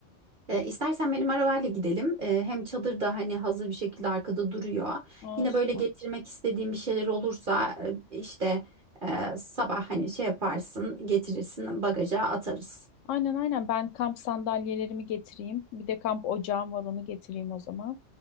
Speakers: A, on the right (about 45°); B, on the left (about 80°).
A: E, istersen benim arabayla gidelim. E, hem çadır da hani hazır bir şekilde arkada duruyor.
B: Olsun.
A: Yine böyle getirmek istediğim bir şeyler olursa e, işte e, sabah hani şey yaparsın getirirsin bagaja atarız.
B: Aynen aynen ben kamp sandalyelerimi getireyim. Bir de kamp ocağım var onu getireyim o zaman.